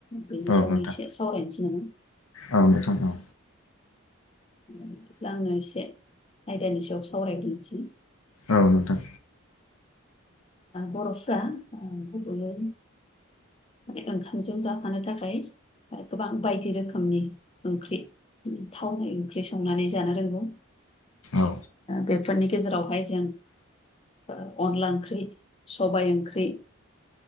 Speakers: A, on the left; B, on the left.
A: बेनि
B: औ
A: सायावनो
B: नोंथां
A: एसे सावरायनोसै नामा
B: औ नोंथां औ
A: बिदिब्ला आङो एसे आयदानि सायाव सावरायग्रोनोसै
B: औ नोंथां
A: बर'फ्रा गुबैयै माने ओंखामजों जाफानो थाखाय गोबां बायदि रोखोमनि ओंख्रि थावनाय ओंख्रि संनानै जानो रोंगौ
B: औ
A: बेफोरनि गेजेरावहाय जों ओ अनला ओंख्रि सबाय ओंख्रि